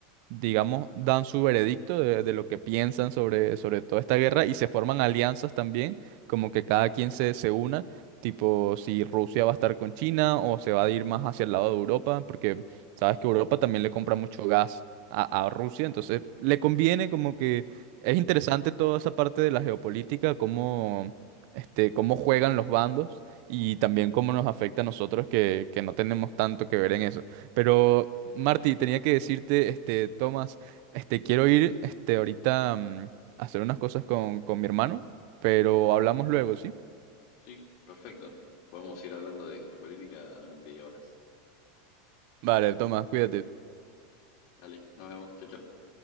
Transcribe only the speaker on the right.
digamos, dan su veredicto de, de lo que piensan sobre, sobre toda esta guerra y se forman alianzas también, como que cada quien se, se una, tipo si Rusia va a estar con China o se va a ir más hacia el lado de Europa, porque sabes que Europa también le compra mucho gas a, a Rusia, entonces le conviene como que es interesante toda esa parte de la geopolítica, cómo, este, cómo juegan los bandos y también cómo nos afecta a nosotros que, que no tenemos tanto que ver en eso. Pero Marty, tenía que decirte, este, Tomás, este, quiero ir, este, ahorita mm, a hacer unas cosas con, con mi hermano, pero hablamos luego, ¿sí?
Vale, Tomás, cuídate.